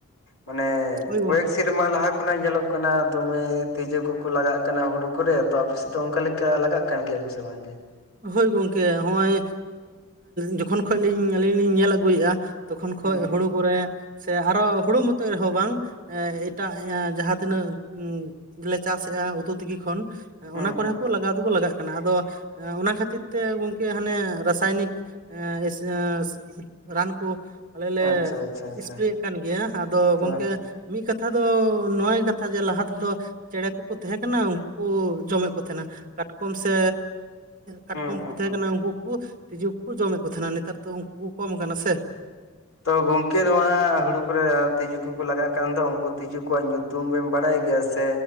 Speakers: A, on the left; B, on the right.
A: ᱢᱟᱱᱮ
B: ᱦᱳᱭ
A: ᱠᱭᱮᱠ
B: ᱜᱚᱝᱠᱮ
A: ᱥᱮᱨᱢᱟ, ᱢᱟ ᱞᱟᱦᱟ ᱠᱷᱚᱱᱟᱜ ᱧᱮᱞᱚᱜ ᱠᱟᱱᱟ ᱫᱚᱢᱮ ᱛᱤᱡᱩ ᱠᱚᱠᱚ ᱞᱟᱜᱟᱜ ᱠᱟᱱᱟ ᱦᱩᱲᱩ ᱠᱚᱨᱮ ᱛᱚ ᱟᱯᱮ ᱫᱚ ᱚᱱᱠᱟ ᱞᱮᱠᱟ ᱞᱟᱜᱟᱜ ᱠᱟᱱ ᱜᱮᱭᱟ ᱠᱚ ᱥᱮ ᱵᱟᱝᱜᱮ,
B: ᱦᱳᱭ ᱜᱚᱢᱠᱮ ᱱᱚᱜᱼᱚᱭ ᱡᱚᱠᱷᱚᱱ ᱠᱷᱚᱱᱤᱧ ᱟᱹᱞᱤᱧ ᱞᱤᱧ ᱧᱮᱞ ᱟᱹᱜᱩᱭᱮᱫᱼᱟ, ᱛᱚᱠᱷᱚᱱ ᱠᱷᱚᱡ
A: ᱦᱩᱸ ᱦᱩᱸ
B: ᱦᱩᱲᱩ ᱠᱚᱨᱮ ᱥᱮ ᱟᱨᱚ ᱦᱩᱲᱩ ᱢᱚᱛᱚ ᱨᱮᱦᱚᱸ ᱵᱟᱝ ᱮᱴᱟᱜ ᱡᱟᱦᱟᱸᱛᱤᱱᱟᱹᱜ ᱞᱮ ᱪᱟᱥᱮᱜᱼᱟ ᱩᱛᱩ ᱛᱤᱠᱤ ᱠᱷᱚᱱ
A: ᱦᱩᱸ
B: ᱚᱱᱟ ᱠᱚᱨᱮ
A: ᱦᱩᱸ
B: ᱦᱚᱸᱠᱚ ᱞᱟᱜᱟᱣ ᱫᱚᱠᱚ ᱞᱟᱜᱟᱜ ᱠᱟᱱᱟ ᱟᱫᱚ ᱚᱱᱟ ᱠᱷᱟᱹᱛᱤᱨ ᱛᱮ ᱜᱚᱝᱠᱮ ᱦᱟᱱᱮ ᱨᱟᱥᱟᱭᱱᱤᱠ ᱮ ᱮᱥ ᱮᱥ ᱨᱟᱱ ᱠᱚ ᱟᱞᱮ ᱞᱮ
A: ᱟᱪᱪᱷᱟ ᱟᱪᱪᱷᱟ ᱟᱪᱪᱷᱟ
B: ᱥᱯᱨᱮᱭᱮᱫ ᱠᱟᱱ ᱜᱮᱭᱟ ᱟᱫᱚ
A: ᱛᱚ
B: ᱜᱚᱝᱠᱮ ᱢᱤᱫ ᱠᱟᱛᱷᱟ ᱫᱚ ᱱᱚᱣᱟ ᱜᱮ ᱠᱟᱛᱷᱟ ᱡᱮ ᱞᱟᱦᱟ ᱛᱮᱫᱚ ᱪᱮᱬᱮ ᱠᱚᱠᱚ ᱛᱟᱦᱮᱸ ᱠᱟᱱᱟ ᱩᱱᱠᱩ ᱠᱚ ᱡᱚᱢᱮᱫ ᱠᱚ ᱛᱟᱦᱮᱸᱱᱟ ᱠᱟᱴᱠᱚᱢ ᱥᱮ ᱠᱟᱴᱠᱚᱢ
A: ᱦᱩᱸ ᱦᱩᱸ
B: ᱠᱚ ᱛᱟᱦᱮᱸ
A: ᱦᱩᱸ
B: ᱠᱟᱱᱟ ᱩᱱᱠᱩ ᱠᱚ ᱛᱤᱡᱩ ᱠᱚ ᱡᱚᱢᱮᱫ ᱠᱚ ᱛᱟᱦᱮᱸᱱᱟ ᱱᱮᱛᱟᱨ ᱫᱚ ᱩᱱᱠᱩ ᱠᱚ ᱠᱚᱢ ᱠᱟᱱᱟ ᱥᱮ
A: ᱛᱚ ᱜᱚᱝᱠᱮ ᱱᱚᱣᱟ ᱦᱩᱲᱩ ᱠᱚᱨᱮ ᱛᱤᱡᱩ,, ᱩᱛᱩ ᱠᱩ ᱞᱟᱜᱟᱜ ᱠᱟᱱ ᱫᱚ ᱩᱱᱠᱩ ᱛᱤᱡᱩ ᱠᱚᱣᱟᱜ ᱧᱩᱛᱩᱢᱵᱮᱱ ᱵᱟᱲᱟᱭ ᱜᱮᱭᱟ ᱥᱮ